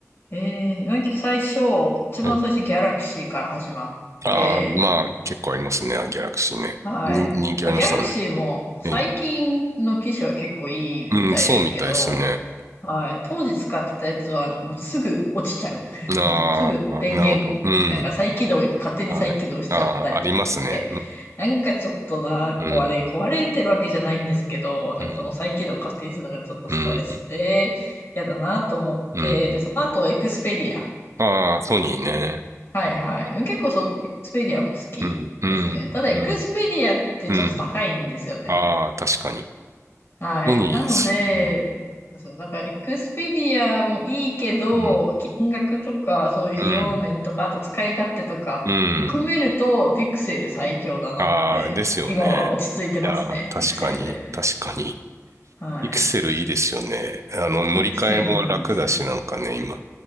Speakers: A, on the left; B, on the right.
A: ええ、最初、一番最初ギャラクシーから始まって、
B: はい。ああ、まあ、結構ありますね。ギャラクシーね。
A: はい。
B: に、人気ありましたもんね。
A: まあ、ギャラクシーも最近の機種は結構いいみたいですけど、
B: ええ。うん、そうみたいですね。
A: はい。当時使ってたやつはなんかもうすぐ落ちちゃう。<laughs>
B: ああ、
A: もうすぐ電源、
B: なるほど。うん。
A: なんか再起動、勝手に再起動しちゃったりとかして。
B: はい。ああ、ありますね。うん、
A: なんかちょっとな、壊れ、
B: うん、
A: 壊れてるわけじゃないんですけど、なんかその再起動を勝手にするのがちょっとストレスで、
B: うん、うん。
A: 嫌だなと思って、
B: うん
A: で、その後エクスペディア。
B: ああ、ソニーね。
A: はいはい。
B: はいはいはい
A: 結構そう、エクスペディアも好きですね。
B: うん、うん、
A: ただエクスペディアってちょっと高いんですよね。
B: うん、うん。ああ、確かに。
A: はい。
B: ソニーす、
A: なので、
B: うん、
A: そう、だから、エクスペディアもいいけど、
B: うん、
A: 金額とか、そういう費用面とか、
B: うん、
A: あと使い勝手とか、
B: うん。
A: 含めると、ピクセル最強だなって、
B: ああ、ですよね。
A: 今は落ち着いてますね、
B: いやー、確かに、
A: ピクセルで。
B: 確かに。
A: はい。
B: ピクセルいいですよね。あの、乗り換えも楽だし、
A: ピクセルいいんですよ。
B: なんかね、今。